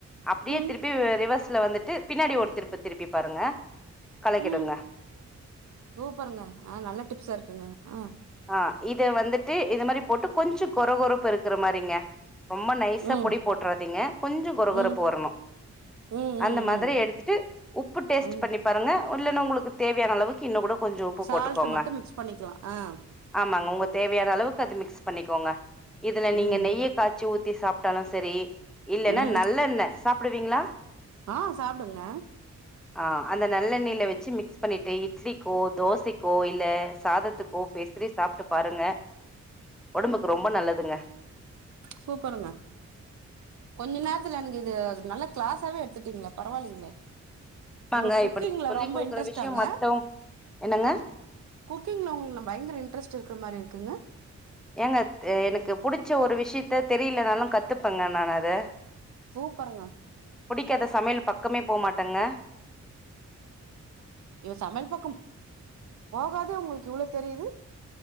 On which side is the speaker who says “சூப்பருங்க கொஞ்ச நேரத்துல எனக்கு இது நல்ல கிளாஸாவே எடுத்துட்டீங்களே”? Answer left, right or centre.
Right